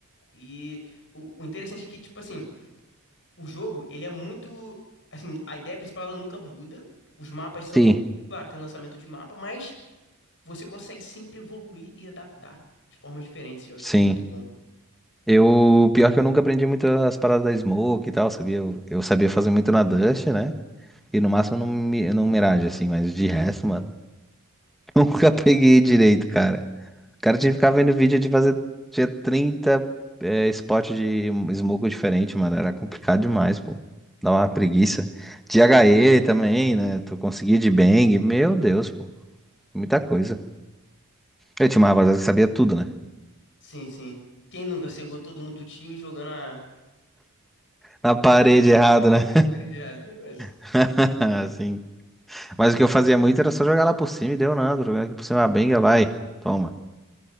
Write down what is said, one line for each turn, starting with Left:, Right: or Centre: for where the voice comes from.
Left: E o, o interessante é que, tipo assim, o jogo, ele é muito, assim, a ideia principal ela nunca muda, os mapas são,
Centre: Sim.
Left: claro, tem lançamento de mapa, mas você consegue sempre evoluir e adaptar de formas diferentes. e Eu acho
Centre: Sim.
Left: isso muito bom.
Centre: Eu... Pior que eu nunca aprendi muito as paradas da Smoke e tal, sabia? Eu, eu sabia fazer muito na Dust, né? E no máximo no, Mi- no Mirage, assim, mas de resto, mano, <laughs> nunca peguei direito, cara. Cara, tinha que ficar vendo vídeo de fazer. Tinha 30 é, spot de smoke diferente, mano. Era complicado demais, pô. Dá uma preguiça. De H E também, né? Tu conseguia de bang. Meu Deus, pô. Muita coisa. Eu tinha uma rapaziada que sabia tudo, né?
Left: Sim, sim. Quem nunca cegou todo mundo do time jogando a.
Centre: Na parede
Left: <laughs>
Centre: errado,
Left: jogando
Centre: né?
Left: a parede errada o negócio.
Centre: <laughs> Assim. Mas o que eu fazia muito era só jogar lá por cima e deu nada. Jogar aqui por cima, a benga vai. Toma.